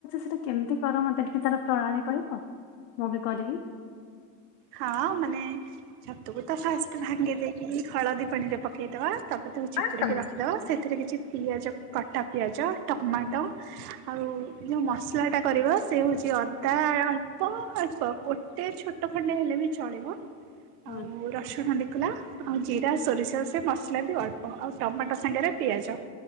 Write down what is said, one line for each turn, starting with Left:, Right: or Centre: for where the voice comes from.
Left: ସେ କେମତି କର ମତେ ଟିକେ ତାର ପ୍ରଣାଳୀ କହିବ? ମୁଁ ବି କରିବି।
Right: ହଁ ମାନେ ଛତୁକୁ ତ ଫାଷ୍ଟ ଭାଙ୍ଗି ଦେଇକି ହଳଦୀ ପାଣିରେ ପକେଇଦବା। ତାପରେ ତାକୁ ଚିପୁଡ଼ିକି
Left: ହୁଁ
Right: ରଖିଦେବା ସେଥିରେ କିଛି ପିଆଜ କଟାପିଆଜ ଟମାଟୋ ଆଉ ଯେଉଁ ମସଲାଟା କରିବ ସେ ହେଉଛି ଅଦା ବା ଅଳ୍ପ ଅଳ୍ପ ଗୋଟେ ଛୋଟ ଖଣ୍ଡେ ହେଲେ ବି ଚଳିବ
Left: ହୁଁ
Right: ଆଉ
Left: ହୁଁ।
Right: ରସୁଣ ଦେଇକି ଆଉ ଜିରା ସୋରିଷ ମସଲା ବି ଅଳ୍ପ ଆଉ ଟମାଟୋ ସାଙ୍ଗରେ ପିଆଜ